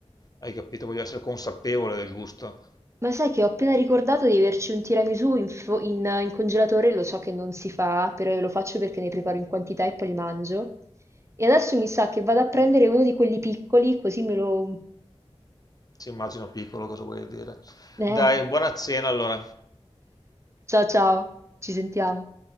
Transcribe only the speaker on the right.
Ma sai che ho appena ricordato di averci un tiramisù in, fo- in- in congelatore, lo so che non si fa, però lo faccio perché ne preparo in quantità e poi li mangio. E adesso mi sa che vado a prendere uno di quelli piccoli, così me lo...
Eh.
Ciao ciao, ci sentiamo.